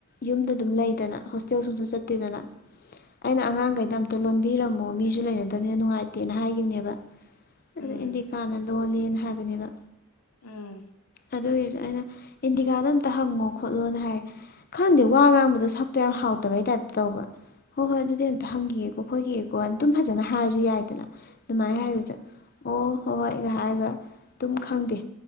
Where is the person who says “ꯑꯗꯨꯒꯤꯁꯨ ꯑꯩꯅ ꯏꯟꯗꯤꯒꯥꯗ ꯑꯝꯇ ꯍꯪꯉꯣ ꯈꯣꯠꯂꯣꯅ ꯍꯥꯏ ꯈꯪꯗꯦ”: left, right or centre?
Left